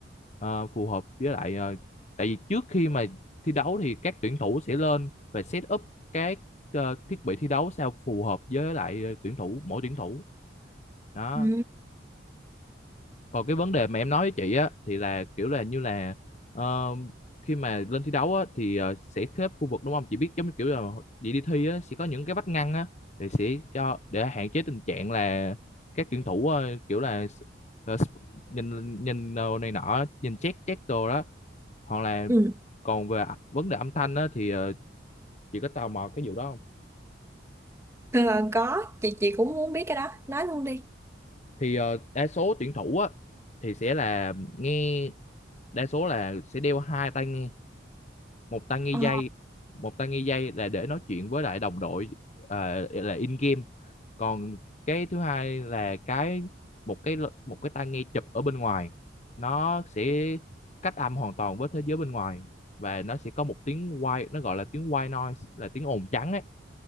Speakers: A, on the left (about 40°); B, on the right (about 15°).
A: ờ, phù hợp với lại ờ, tại vì trước khi mà thi đấu thì các tuyển thủ sẽ lên và set up cái ờ, thiết bị thi đấu sao phù hợp với lại ờ, tuyển thủ mỗi tuyển thủ đó
B: Ừ.
A: còn cái vấn đề mà em nói với chị á thì là kiểu là như là ờ, khi mà lên thi đấu á thì ờ, sẽ xếp khu vực đúng không chị biết giống như kiểu là chị đi thi á sẽ có những cái vách ngăn á thì sẽ cho để hạn chế tình trạng là các tuyển thủ ờ, kiểu là ờ, nhìn nhìn đồ này nọ nhìn check check đồ đó hoặc là
B: Ừ.
A: còn về vấn đề âm thanh á thì ờ, chị có tò mò cái vụ đó không
B: Ờ, có chị chị cũng muốn biết cái đó nói luôn đi
A: thì ờ, đa số tuyển thủ á thì sẽ là nghe đa số là sẽ đeo hai tai nghe một tai nghi
B: ờ.
A: dây một tai nghi dây là để nói chuyện với lại đồng đội à, là in game còn cái thứ hai là cái một cái một cái tai nghe chụp ở bên ngoài nó sẽ cách âm hoàn toàn với thế giới bên ngoài và nó sẽ có một tiếng white nó gọi là tiếng white noise là tiếng ồn trắng ấy